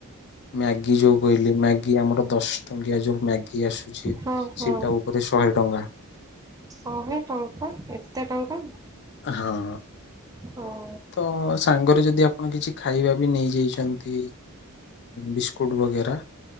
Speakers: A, on the left (about 50°); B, on the right (about 15°).
A: ମ୍ୟାଗି ଯେଉଁ କହିଲି କି ଆମର ଦଶ ଟଙ୍କିଆ ଯୋଉ ମ୍ୟାଗି ଆସୁଛି
B: ହଁ ହଁ
A: ସେଇଟା ଉପରେ ଶହେ ଟଙ୍କା।
B: ଶହେ ଟଙ୍କା। ଏତେ ଟଙ୍କା?
A: ହଁ
B: ହଁ।
A: ତ ସାଙ୍ଗରେ ଯଦି ଆପଣ କିଛି ଖାଇବା। ବି ନେଇଯାଇଛନ୍ତି ବିସ୍କୁଟ ବଗେରା